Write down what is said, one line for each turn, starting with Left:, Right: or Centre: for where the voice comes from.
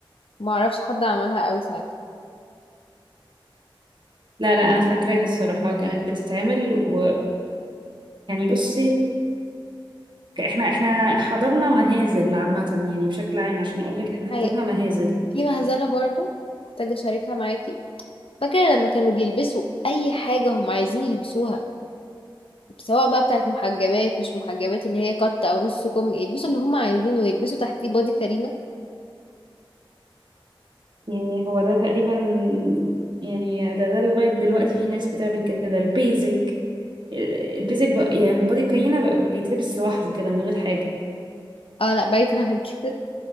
Left: ما اعرفش حد عملها قوي ساعتها
Right: لا لا انا فاكراها الصراحة كانت بتتعمل ويعني بصي احنا احنا حضرنا مهازل عامة يعني بشكل عام عشان اقول لك احنا حضرنا
Left: هي
Right: مهازل
Left: في مهزلة برضو محتاجة أشاركها معاكي فاكرة لما كانوا بيلبسوا أي حاجة هم عايزين يلبسوها سواء بقى بتاعت محجبات مش محجبات اللي هي قط أو نص كم يلبسوا اللي هم عايزينه ويلبسوا تحتيه بادي كارينا
Right: يعني هو ده تقريبا يعني ده ده لغاية دلوقتي في ناس بتعمل كده البيزك البيزك بقى يعني البادي كاينة بقى بيتلبس لوحده كده من غير حاجة
Left: اه لا بعيد عن كده